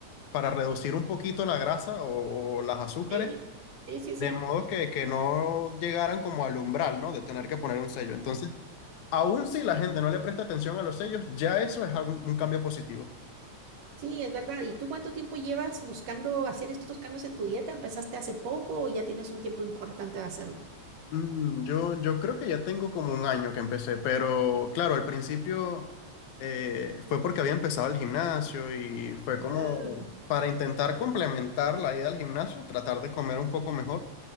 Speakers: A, on the left; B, on the right.
A: para reducir un poquito la grasa o, o las azúcares,
B: sí, sí, sí,
A: de
B: sí.
A: modo que, que no llegaran como al umbral, ¿no? De tener que poner un sello. Entonces, aun si la gente no le presta atención a los sellos, ya eso es algún- un cambio positivo.
B: Sí, es verdad. ¿Y tú cuánto tiempo llevas buscando hacer estos cambios en tu dieta? ¿Empezaste hace poco o ya tienes un tiempo importante de hacerlo?
A: Mm, Yo, yo creo que ya tengo como un año que empecé, pero claro, al principio eh, fue porque había empezado el gimnasio y fue como
B: Ah,
A: para intentar complementar la ida al gimnasio, tratar de comer un poco mejor.